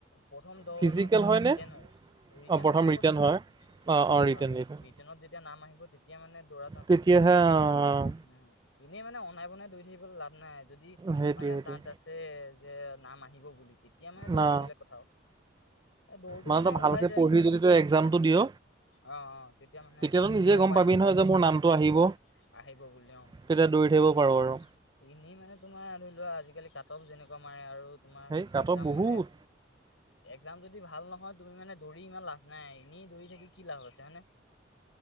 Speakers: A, on the left; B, on the right.
A: প্ৰথম দৌৰ
B: ফিজিকেল
A: নহয় প্ৰথম
B: হয়নে?
A: ৰিটেণ ৰিটেণ
B: অঁ
A: হয় নেকি
B: ৰিটাৰ্ণ
A: প্ৰথম
B: হয় অঁ
A: অ' ৰিটেণ
B: অঁ ৰিটাৰ্ণ
A: হয়
B: ৰিটাৰ্ণ
A: ৰিটেণত যেতিয়া নাম আহিব তেতিয়া মানে দৌৰাৰ চান্সটো
B: তেতিয়াহে
A: থাকে আৰু
B: অঁ
A: উম। এনেই মানে অনাই বনাই দৌৰি লাভ নাই যদি
B: সেইটোৱে
A: মানে
B: সেইটোৱে
A: চান্স আছে যে নাম আহিব বুলি তেতিয়া মানে দৌৰাটো
B: না
A: বেলেগ। কথা আৰু এ দৌৰটো
B: মানে তই
A: ওলাই
B: ভালকে
A: যায়
B: পঢ়ি
A: কি
B: যদি তই একজামটো দিয়।
A: অ অ তেতিয়া মানে
B: তেতিয়াতো নিজে গম
A: পায়
B: পাবি
A: এইটো
B: নহয় যে মোৰ নামটো
A: নিজে
B: আহিব।
A: আহিব বুলি অ
B: তেতিয়া দৌৰি থাকিব
A: এনেই
B: পাৰো আৰু
A: এনেই মানে তোমাৰ ধৰি লোৱা আজিকালি কাট অফ যেনেকুৱা মাৰে আৰু তোমাৰ
B: সেই কাট
A: একজাম
B: অফ বহুত
A: মানে একজাম যদি ভাল নহয় তুমি মানে দৌৰি ইমান লাভ নাই এনেই দৌৰি থাকি কি লাভ আছে হয়নে